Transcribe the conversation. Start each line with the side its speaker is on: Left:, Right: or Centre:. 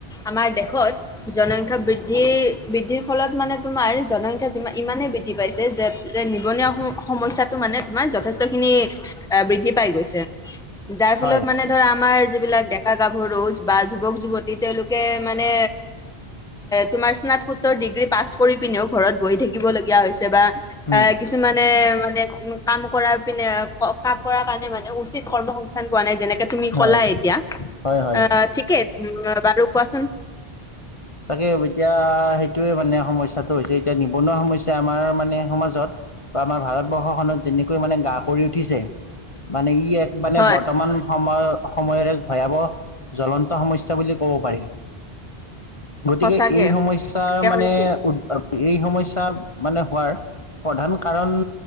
Centre: আমাৰ দেশত জনসংখ্যা বৃদ্ধি বৃদ্ধিৰ ফলত মানে তোমাৰ জনসংখ্যা যিমান ইমানে বৃদ্ধি দি পাইছে যে-যে নিবনুৱা সম-সমস্যাটো মানে তোমাৰ যথেষ্ট খিনি বৃদ্ধি পাই গৈছে যাৰ ফলত
Left: হয়
Centre: মানে ধৰা আমাৰ যিবিলাক ডেকা গাভৰু বা যুৱক যুৱতী, তেওঁলোকে মানে তোমাৰ স্নাতকোত্তৰ ডিগ্ৰী পাছ কৰি পিনেও ঘৰত বহি থাকিব লগীয়া হৈছে বা।
Left: উম
Centre: অ, কিছুমানে মানে কাম কৰাৰ পিনে ক কাম কৰাৰ কাৰণে মানে উচিত কৰ্মসংস্থান পোৱা নাই যেনেকে তুমি
Left: হয়
Centre: ক'লা এতিয়া
Left: হয় হয়
Centre: অ' ঠিকেই উম বাৰু কোৱাচোন।
Left: তাকে এতিয়া সেইটোৱে মানে সমস্যাটো হৈছে এতিয়া নিবনুৱা সমস্যা আমাৰ মানে সমাজত বা আমাৰ ভাৰতবৰ্ষখনত যেনেকৈ মানে গা কৰি উঠিছে। মানে ই এক মানে
Centre: হয়
Left: বৰ্তমান সময়ৰ-সময়ৰে ভয়াৱহ জ্বলন্ত সমস্যা বুলি ক'ব পাৰি। গতিকে
Centre: সঁচাকে
Left: এই সমস্যাৰ
Centre: একেবাৰে
Left: মানে
Centre: ঠিক
Left: উ এই সমস্যা মানে হোৱাৰ, প্ৰধান কাৰণ